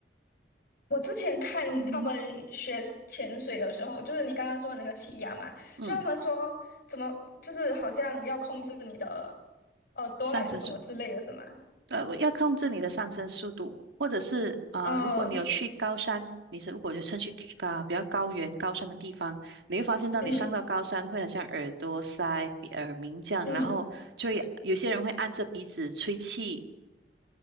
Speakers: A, on the left; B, on the right.
A: 我之前看他们学潜水的时候，
B: 嗯哼，
A: 就是你刚刚说的那个气压嘛，
B: 嗯，
A: 就他们说怎么就是好像要控制你的耳朵还是什么之类的，
B: 上升速，
A: 是吗？
B: 呃，我要控制你的上升速度，或者是啊、
A: 嗯
B: 如果你有去高山，你是如果就趁去啊、比较高原、高山的地方，你会发现到你上到高山会很像耳朵塞、
A: 嗯
B: 鼻耳鸣这样，
A: 嗯
B: 然后就会有些人会按着鼻子吹气